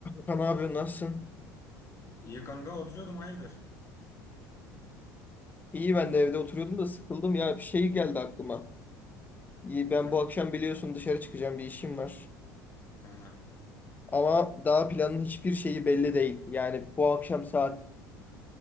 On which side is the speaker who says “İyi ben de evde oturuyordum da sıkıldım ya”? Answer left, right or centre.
Left